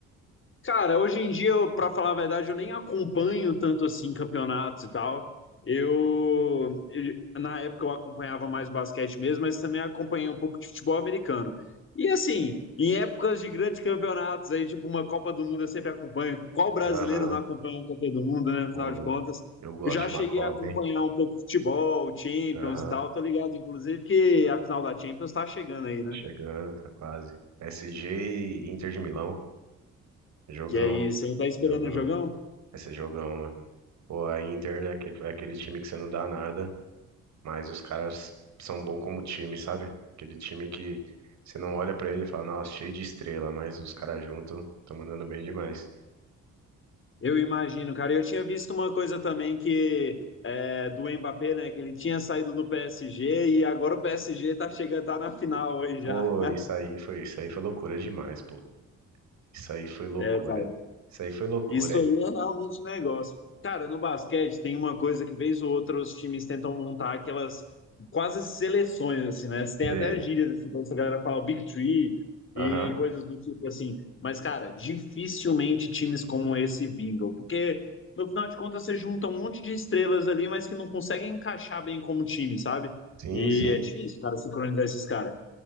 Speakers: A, on the left (about 40°); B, on the right (about 65°).
A: Cara, hoje em dia, eu, pra falar a verdade, eu nem acompanho tanto assim campeonatos e tal. Eu, eu- na época eu acompanhava mais basquete mesmo, mas também acompanhei um pouco de futebol americano. E assim, em épocas de grandes campeonatos aí, tipo uma Copa do Mundo, eu sempre acompanho. Qual brasileiro
B: Aham.
A: não acompanha uma Copa do Mundo, né? Afinal
B: Pô,
A: de
B: eu,
A: contas,
B: eu gosto
A: eu já
B: de
A: cheguei
B: uma Copa,
A: a acompanhar
B: hein?
A: um pouco futebol, Champions
B: Aham,
A: e tal. Tô ligado, inclusive, que a final da Champions tá chegando aí,
B: tá
A: né?
B: chegando, tá quase. PSG e Inter de Milão. Jogão,
A: Que aí, você não tá esperando
B: jogão.
A: o jogão?
B: Vai ser jogão, mano. Pô, a Inter é aquele, é aquele time que você não dá nada, mas os caras são bons como time, sabe? Aquele time que você não olha pra ele e fala, nossa, cheio de estrela, mas os caras juntos estão mandando bem demais.
A: Eu imagino, cara. Eu tinha visto uma coisa também que é, do Mbappé, né? Que ele tinha saído do PSG e agora o PSG tá chegando, tá na final aí já.
B: Pô, isso aí foi, isso aí foi loucura demais, pô. Isso aí foi loucura.
A: É, cara.
B: Isso aí foi loucura.
A: Isso aí é realmente negócio. Cara, no basquete tem uma coisa que vez ou outra os times tentam montar aquelas quase seleções, assim, né? Tem
B: Sei.
A: até gírias, assim, pra essa galera falar o Big Three
B: Aham.
A: e coisas do tipo assim. Mas, cara, dificilmente times como esse vingam, porque no final de contas você junta um monte de estrelas ali, mas que não conseguem encaixar bem como time, sabe?
B: Sim,
A: E
B: sim.
A: é difícil, cara, sincronizar esses caras.